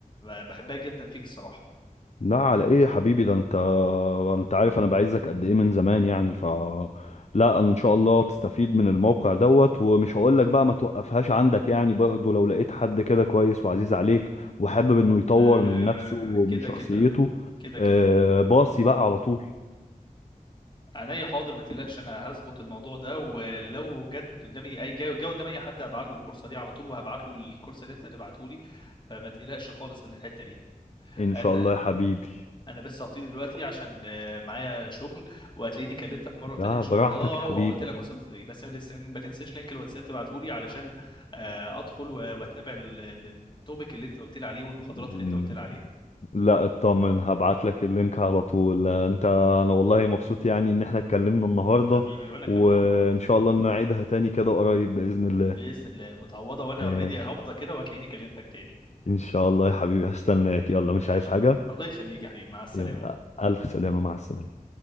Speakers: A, on the left; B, on the left.
A: بحبها جدا فيك الصراحة
B: لا على ايه يا حبيبي ده انت انت عارف انا بعزك قد ايه من زمان يعني ف لا انا ان شاء الله تستفيد من الموقع دوت ومش هقول لك بقى ما توقفهاش عندك يعني برضه لو لقيت حد كده كويس وعزيز عليك وحابب انه يطور
A: آه،
B: من نفسه ومن
A: كده
B: شخصيته
A: كده كده
B: آه،
A: كده
B: باصي بقى على طول
A: عينيا حاضر ما تقلقش انا هظبط الموضوع ده ولو جت قدامي اي جاي جاي قدامي اي حد هبعت له الفرصه دي على طول وهبعت له الكورس اللي انت هتبعته لي فما تقلقش خالص من الحته دي
B: ان
A: انا
B: شاء الله يا حبيبي
A: انا بس هطير دلوقتي عشان آه، معايا شغل وهتلاقيني كلمتك مره تانية
B: لا
A: ان شاء
B: براحتك
A: الله وقلت
B: يا
A: لك وصلت ليه بس ما تنس- ما تنساش لينك الواتساب تبعته لي علشان آه، ادخل و- واتابع ال- ال- التوبيك اللي انت قلت لي عليه والمحاضرات
B: حبيبي
A: اللي انت قلت لي عليها
B: لا اطمن هبعت لك اللينك على طول آه، انت انا والله مبسوط يعني ان احنا اتكلمنا النهارده
A: حبيبي وانا كمان
B: وان
A: والله
B: شاء الله نعيدها تاني كده قريب باذن الله
A: باذن الله متعوضه وانا
B: آه،
A: اوريدي هفضى كده وهتلاقيني كلمتك تاني
B: ان شاء الله يا حبيبي هستناك يلا مش
A: ماشي
B: عايز حاجه
A: الله يخليك يا حبيبي مع السلامة
B: يلا الف سلامه مع السلامه